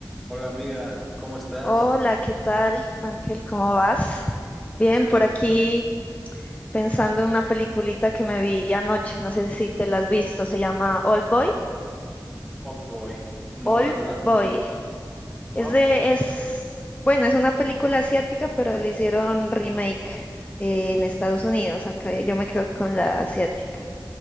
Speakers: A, in the centre; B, on the left.
A: Hola amiga, ¿cómo estás?
B: Hola, ¿qué tal, Ángel? ¿Cómo vas? Bien,
A: Excelente.
B: por aquí pensando en una peliculita que me vi anoche, no sé si te la has visto, se llama Old Boy.
A: Boy. No,
B: Old
A: la verdad
B: Boy.
A: que no.
B: Es
A: Hot,
B: de, es, bueno, es una película asiática, pero le hicieron remake eh, en Estados Unidos, aunque yo me quedo con la asiática.